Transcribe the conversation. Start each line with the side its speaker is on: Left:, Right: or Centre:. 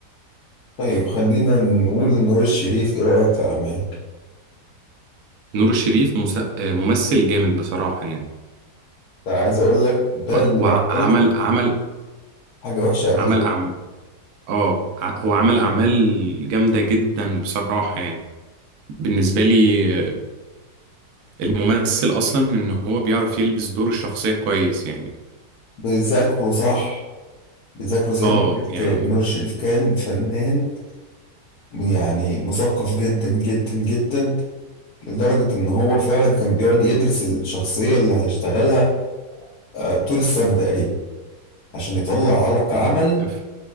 Left: طيب خلينا نقول نور الشريف ايه رأيك في اعماله
Right: نور الشريف مسا- آه، ممثل جامد بصراحة يعني
Left: ده عايز اقول لك ده
Right: و-
Left: اللي
Right: وعمل
Left: بيعمل
Right: عمل
Left: حاجه وحشه ابدا
Right: عمل أعمال اه ع- هو عمل اعمال جامده جدا بصراحه يعني بالنسبه لي آه، الممثل اصلا ان هو بيعرف يلبس دور الشخصيه كويس يعني
Left: بيذاكروا صح بيذاكروا زي
Right: اه
Left: ما قال الكتاب
Right: يعني
Left: نور الشريف كان فنان يعني مثقف جدا جدا جدا لدرجه ان هو فعلا كان بيقعد يدرس الشخصيه اللي هيشتغلها آه، طول السنه تقريبا عشان يطلع لك
Right: مهم.
Left: عمل
Right: ف-